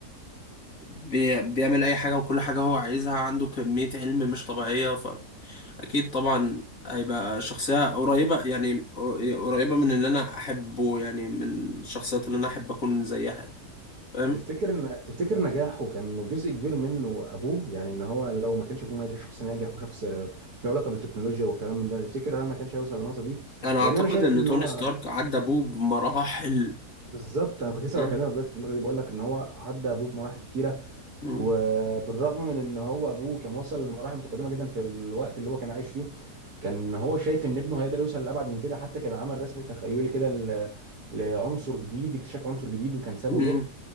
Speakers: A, on the left (about 50°); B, on the right (about 70°).
A: بي... بيعمل اي حاجة وكل حاجة هو عايزها عنده كمية علم مش طبيعية فاكيد طبعا هيبقى شخصية قريبة يعني قر- قريبة من اللي انا احبه يعني من الشخصيات اللي انا احب اكون زيها يعني فاهم
B: تفتكر ان تفتكر نجاحه كان جزء كبير منه ابوه يعني ان هو لو ما كانش ابوه ما كانش شخص ناجح وشخص آه، له علاقه بالتكنولوجيا والكلام من ده تفتكر هل ما كانش هيوصل للنقطه دي
A: انا اعتقد
B: لان انا شايف
A: ان
B: ان
A: توني
B: هو
A: ستارك عدى ابوه بمراحل
B: بالظبط انا كنت لسه
A: أه.
B: بكلمك دلوقتي في النقطه دي بقول لك ان هو عدى ابوه بمراحل كتيره
A: مم.
B: وبالرغم من ان هو ابوه كان وصل لمراحل متقدمه جدا في الوقت اللي هو كان عايش فيه كان هو شايف ان ابنه هيقدر يوصل لابعد من كده حتى كان عمل رسم تخيلي كده ل- لعنصر جديد اكتشاف عنصر جديد وكان سابه
A: مم.
B: له